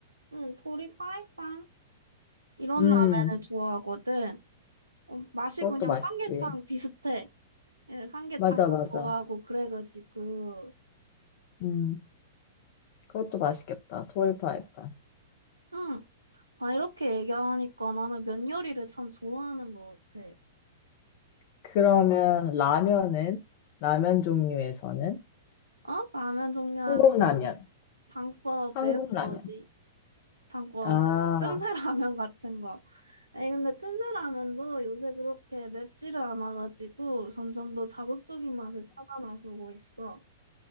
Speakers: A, on the right; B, on the left.
A: 응, 토리 파이탕 이런
B: 음,
A: 라면을 좋아하거든. 어, 맛이
B: 그것도
A: 그냥
B: 맛있지.
A: 삼계탕 비슷해. 예, 삼계탕도
B: 맞아, 맞아.
A: 좋아하고 그래가지고
B: 음, 그것도 맛있겠다. 토리파에탄
A: 응. 아 이렇게 얘기하니까 나는 면 요리를 참 좋아하는 것 같아.
B: 그러면 라면은? 라면 종류에서는?
A: 어? 라면 종류에서
B: 한국 라면.
A: 는 당과
B: 한국
A: 매운
B: 라면.
A: 거지. 당과
B: 아,
A: 그 틈새 라면 같은 거. 아니 근데 틈새 라면도 요새 그렇게 맵지를 않아가지고 점점 더 자극적인 맛을 찾아 나서고 있어.